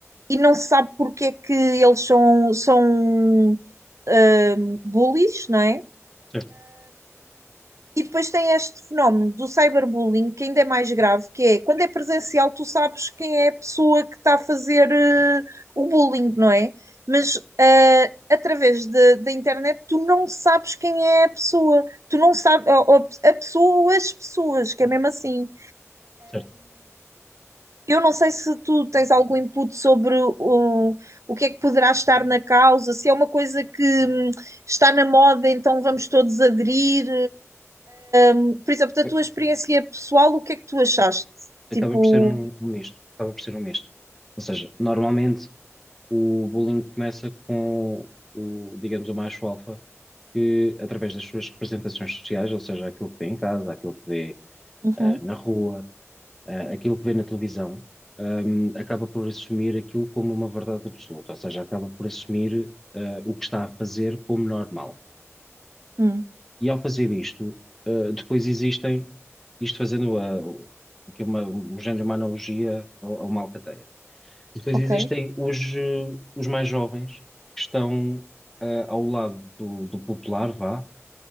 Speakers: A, on the right; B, in the centre.
A: e não se sabe porque é que eles são, são hum, bullies, não é?
B: Certo,
A: E depois tem este fenómeno do cyberbullying, que ainda é mais grave, que é quando é presencial, tu sabes quem é a pessoa que está a fazer eh, o bullying, não é? Mas eh, através de- da internet, tu não sabes quem é a pessoa, tu não sabes, ou- ou a pessoa ou as pessoas, que é mesmo assim.
B: certo.
A: Eu não sei se tu tens algum input sobre o, o que é que poderá estar na causa, se é uma coisa que hum, está na moda, então vamos todos aderir. Hum, por exemplo, da
B: A-
A: tua experiência pessoal, o que é que tu achaste?
B: Acaba
A: Tipo,
B: por ser um, um misto. Acaba por ser um misto. Ou seja, normalmente o bullying começa com o, digamos, o macho alfa que, através das suas representações sociais, ou seja, aquilo que vê em casa, aquilo que vê
A: uhum,
B: ah, na rua, ah, aquilo que vê na televisão, ahm, acaba por assumir aquilo como uma verdade absoluta, ou seja, acaba por assumir ah, o que está a fazer como normal.
A: hum,
B: E ao fazer isto, ah, depois existem, isto fazendo ah, o- que é uma, um género, uma analogia a, a uma alcateia. Depois
A: ok,
B: existem os, eh, os mais jovens que estão ah, ao lado do, do popular, vá,